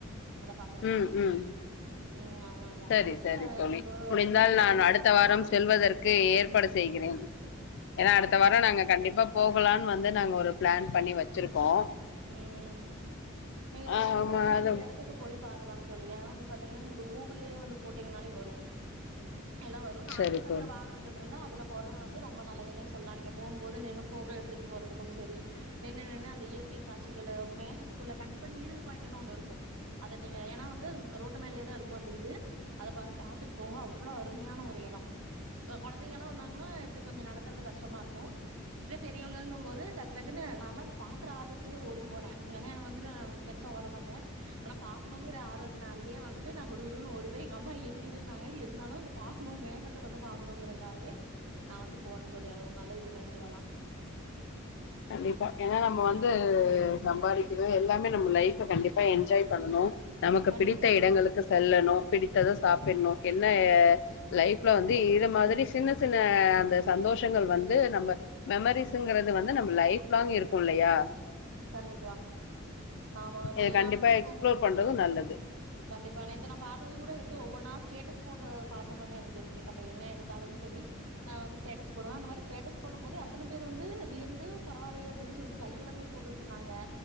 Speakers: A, on the right; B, on the left.
A: பாக்குறேங்க
B: ம் ம்
A: ம் அதனால தாங்க
B: சரி
A: நீங்க
B: சரி தோழி
A: நீங்க ஒரு
B: முடிந்தால்
A: உங்களுக்கு
B: நான்
A: தெரியல
B: அடுத்த
A: அப்டின்னா
B: வாரம் செல்வதற்கு ஏற்பாடு செய்கிறேன் ஏன்னா அடுத்த
A: கண்டிப்பா
B: வாரம் நாங்க கண்டிப்பா போகலாம்னு வந்து நாங்க ஒரு பிளான் பண்ணி வச்சுருக்கோம்
A: ம் ம் நீங்க
B: ஆமா
A: கண்டிப்பா வந்து
B: அது
A: இந்த இடத்துக்கு போய் பாக்கலாம் தோழி ஏன் வந்து பாத்தீங்கன்னா நீங்க கூகுள்யே வந்து போட்டீங்கன்னாலே வரும் எல்லாவரும் நான்கு
B: சரி
A: சக்கர
B: தோழி
A: வாகனங்கள் இருந்த அதுல போற வந்து ரொம்ப நல்லதுன்னே சொல்லலாம் நீங்க போகும்போது நின்ம்னு போட்டோ எடுத்துட்டு போறதுக்கும் சரி நின்னு நின்னு அந்த இயற்கை காச்சிக்கல மேகத்துக்குள்ள கண்டிப்பா நீடில் பாய்ண்டுனு ஒன்னு இருக்கும் கும் அத நீங்க ஏன்னா வந்து ரோட்டு மேலேயே தான் இருக்கும் அந்த இது அதை வந்து பாத்துட்டு போங்க அவ்வளோ அருமையான ஒரு இடம் குழந்தைங்கல்லாம் வந்தாங்கன்னா இப்படி கொஞ்சம் நடக்கறது கஷ்டமா இருக்கும் இத பெரியவங்கங்கும் போது டக்கு டக்குன்னு நல்லா அந்த பாக்குற ஆர்வத்தை இதுலேயே ஓடி போனேன் வந்து நான் பெருசா ஓட மாட்டேன் ஆனா பார்கக்கணுங்கிற ஆர்வத்துநாலயே வந்துட்டு நான் குடுகுடுன்னு ஓடிப்போய் எங்க அம்மா இரு இரு இருந்நாங்க இருந்தாலும் அந்து பார்க்கணும் மேகத்தை வந்து பார்கக்கணுங்கறக்காகவே நான் வந்து போணும் தோழி அது ஒரு நல்ல இதுன்னே சொல்லலாம்
B: கண்டிப்பா ஏன்னா நம்ம வந்து சம்பாதிக்றது எல்லாமே நம்ம லைஃப் கண்டிப்பா என்ஜாய் பண்ணனும் நமக்கு
A: கண்டிப்பா
B: பிடித்த இடங்களுக்கு செல்லணும் பிடித்தத சாப்ட சாப்பிடணும் என்ன லைஃப்ல வந்து இது மாதிரி சின்ன சின்ன அந்த சந்தோஷங்கள் வந்து நம்ம மெமரிஸ்ங்கிறது வந்து லைப் லாங் இருக்கும் இல்லையா
A: கண்டிப்பா ஆமா தோழி
B: இத கண்டிப்பா
A: நான் வந்து இப்போ
B: எக்ஸ்ப்ளோர் பண்றது நல்லது
A: கண்டிப்பா நேத்து நான் பாத்தது கூட எடுத்து ஒவ்வொன்னா ஸ்டேட்டஸ் போட்றது பா <unintelligible> எனக்கு இருக்கு அப்ப என்ன எடுத்தாலும் சரி நா வந்து ஸ்டேட்டஸ் போடுவே அந்த மாரி ஸ்டேட்டஸ் போடும்போதே அத்தன பேரும் வந்து வியந்து பரவில்லையே அப்டின்னு சொல்லிட்டு லைக் எல்லாம் போடு இருந்தாங்க